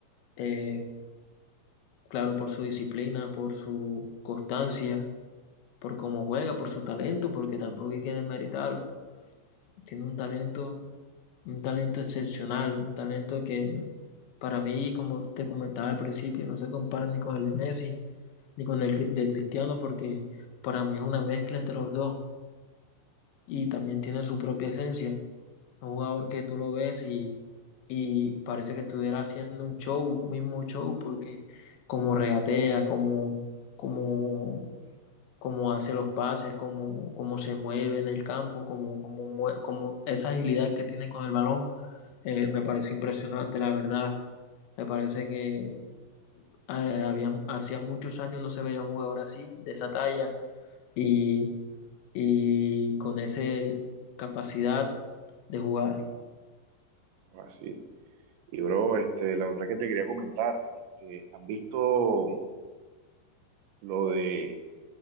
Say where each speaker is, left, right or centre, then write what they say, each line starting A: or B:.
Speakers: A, on the left; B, on the right.
A: Eh, claro, por su disciplina, por su constancia, por cómo juega, por su talento, porque tampoco hay que desmeritarlo. S- Tiene un talento un talento excepcional, un talento que para mí, como te comentaba al principio, no se compara ni con el de Messi ni con el de Cristiano, porque para mí es una mezcla entre los dos y también tiene su propia esencia. Un jugador que tú lo ves y, y parece que estuviera haciendo un show, mismo show, porque como regatea, como, como cómo hace los pases, cómo, cómo se mueve en el campo, cómo, cómo, mue- cómo esa agilidad que tiene con el balón, eh, me pareció impresionante, la verdad. Me parece que eh, había, hacía muchos años no se veía un jugador así, de esa talla, y, y con esa capacidad de jugar.
B: Así. Y bro, este, la otra que te quería comentar, este, ¿has visto lo de